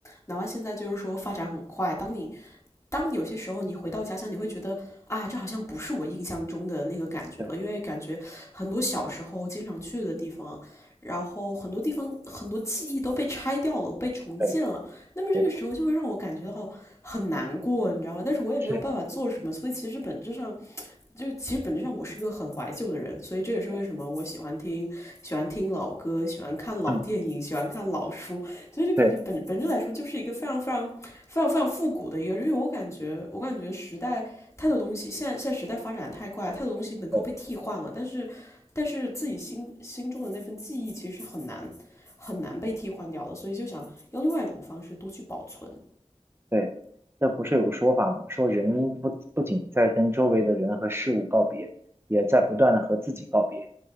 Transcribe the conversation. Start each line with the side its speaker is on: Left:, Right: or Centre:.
Left: 哪怕现在就是说发展很快，当你当有些时候你回到家乡，你会觉得啊，这好像不是我印象中的那个感觉了，
Right: 对
Left: 因为感觉很多小时候经常去的地方，然后很多地方很多记忆都被拆掉了，被重建了，
Right: 对，
Left: 那么这个时候就会让我感觉到很难过，
Right: 没错，
Left: 你知道吗？但是我也没有办法做什么，
Right: 是，
Left: 所以其实本质上。就是其实本质上我是个很怀旧的人，所以这也是为什么我喜欢听喜欢听老歌，
Right: 对，
Left: 喜欢看老电影，
Right: 嗯，
Left: 喜欢看老书，所以就感觉本本质来说就是一个非常非常非常非常复古的一个，
Right: 对
Left: 因为我感觉我感觉时代太多东西，现在现在时代发展太快，太多东西能够被替换了，
Right: 对
Left: 但是但是自己心心中的那份记忆其实是很难很难被替换掉的，所以就想用另外一种方式多去保存。
Right: 对，那不是有个说法吗？说人不不仅在跟周围的人和事物告别，也在不断的和自己告别。